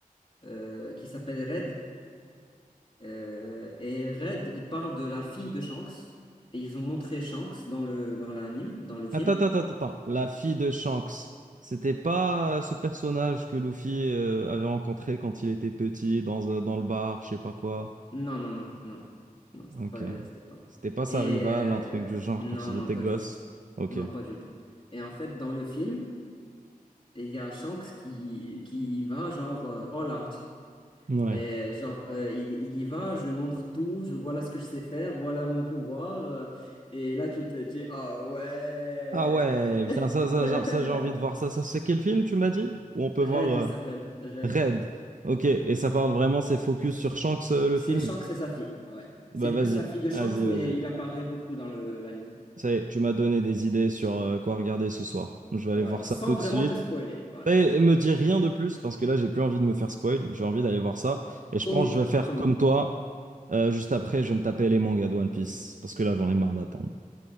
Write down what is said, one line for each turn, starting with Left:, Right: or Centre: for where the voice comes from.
Left: euh, qui s'appelle Red. Euh, et Red, il parle de la fille de Shanks. Et ils ont montré Shanks dans le, dans l'anime, dans le film.
Right: Attends, attends, attends, attends. La fille de Shanks, c'était pas euh, ce personnage que Luffy euh, avait rencontré quand il était petit dans, euh, dans le bar, je sais pas quoi.
Left: Non, non, non, non. Non, c'était
Right: Ok.
Left: pas, euh, c'était pas.
Right: C'était pas sa
Left: Et
Right: rivale,
Left: euh,
Right: un truc du genre
Left: non,
Right: quand ils
Left: non,
Right: étaient
Left: pas
Right: gosses.
Left: du tout.
Right: Ok.
Left: Non, pas du tout. Et en fait, dans le film, il y a Shanks qui, qui va genre euh, all out.
Right: Ouais.
Left: Et genre, euh, il, il y va, je montre tout, je voilà ce que je sais faire, voilà mon pouvoir. euh, et là, tu te dis, ah ouais.
Right: Ah ouais, putain, ça,
Left: <laughs>
Right: ça, ça, ça, j'ai envie de voir ça. Ça, c'est quel film tu m'as dit? Où on peut
Left: Red,
Right: voir. euh,
Left: il s'appelle. Red.
Right: Red. Ok, et ça parle vraiment, c'est focus sur Shanks, euh, le
Left: C'est
Right: film?
Left: Shanks et sa fille. Ouais. C'est
Right: Bah
Left: plus
Right: vas-y,
Left: la fille de
Right: vas-y,
Left: Shanks, mais
Right: vas-y.
Left: il apparaît beaucoup dans le l'anime.
Right: Ça y est, tu m'as donné des idées sur euh, quoi regarder ce soir. Je vais aller
Left: Voilà,
Right: voir ça
Left: sans
Right: tout
Left: vraiment
Right: de suite.
Left: te spoiler. Voilà.
Right: Ça y est, me dis rien de plus parce que là, j'ai plus envie de me faire spoil. J'ai envie d'aller voir ça. Et
Left: Promis,
Right: je pense que je vais faire
Left: promis.
Right: comme toi. Euh, juste après, je vais me taper les mangas de One Piece parce que là, j'en ai marre d'attendre.